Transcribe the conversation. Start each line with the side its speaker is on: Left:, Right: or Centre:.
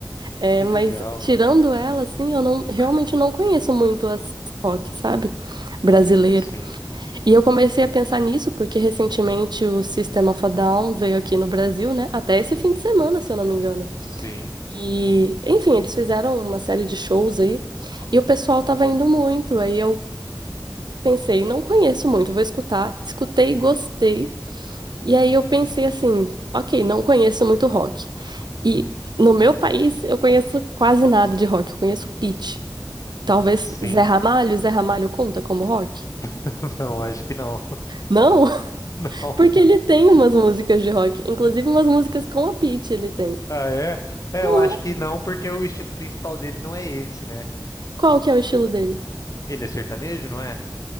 Right: É,
Left: Que
Right: mas
Left: legal.
Right: tirando ela, assim, eu não realmente
Left: <laughs>
Right: não conheço muito as rock, sabe? Brasileiro.
Left: Sim.
Right: E eu comecei a pensar nisso porque recentemente o System of a Down veio aqui no Brasil, né? Até esse
Left: Uhum.
Right: fim de semana, se eu não me engano.
Left: Sim.
Right: E, enfim, eles fizeram uma série de shows aí e o pessoal tava indo muito. Aí eu pensei, não conheço muito, vou escutar. Escutei, gostei. E aí eu pensei assim, ok, não conheço muito rock. E no meu país, eu conheço quase nada de rock. Eu conheço Pitty. Talvez
Left: Sim.
Right: Zé Ramalho, Zé Ramalho conta como rock?
Left: <laughs> Não, acho que não.
Right: Não, <laughs>
Left: Não.
Right: porque ele tem umas músicas de rock, inclusive umas músicas com a Pitty ele tem.
Left: Ah, é? É,
Right: Uhum.
Left: eu acho que não, porque o estilo principal dele não é esse, né?
Right: Qual que é o estilo dele?
Left: Ele é sertanejo, não é?